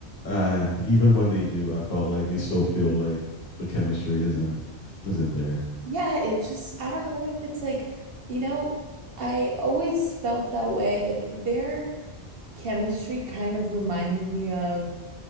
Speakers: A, on the left; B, on the right.
A: uh even when they do, I felt like they still feel like the chemistry isn't isn't there.
B: Yeah, it just, I don't know if it's like, you know, I always felt that way. eh, Th- Their chemistry kind of reminded me of,